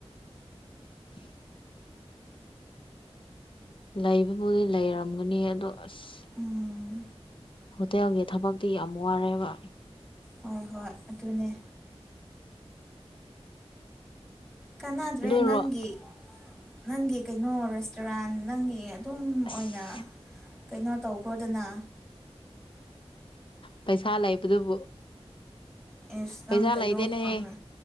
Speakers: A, on the left; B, in the centre.
A: <unintelligible> ꯂꯩꯕꯕꯨꯗꯤ ꯂꯩꯔꯝꯒꯅꯤ ꯑꯗꯣ ꯑꯁ
B: ꯎꯝ
A: ꯍꯣꯇꯦꯜꯒꯤ ꯊꯕꯛꯇꯤ ꯌꯥꯝ ꯋꯥꯔꯦꯕ
B: ꯍꯣꯏ ꯍꯣꯏ ꯑꯗꯨꯅꯦ ꯀꯅꯥꯗ꯭ꯔꯦ
A: ꯑꯗꯨꯔꯣ
B: ꯅꯪꯒꯤ ꯅꯪꯒꯤ ꯀꯩꯅꯣ ꯔꯦꯁꯇꯨꯔꯥꯟ ꯅꯪꯒꯤ ꯑꯗꯨꯝ
A: ꯑꯁ
B: ꯑꯣꯏꯅ ꯀꯩꯅꯣ ꯇꯧꯈ꯭ꯔꯣꯗꯅ
A: ꯄꯩꯁꯥ ꯂꯩꯕꯗꯨꯕꯨ
B: ꯏꯁꯇꯪ
A: ꯄꯩꯁꯥ
B: ꯀꯩꯅꯣꯄꯉ
A: ꯂꯩꯇꯦꯅꯦꯍꯦ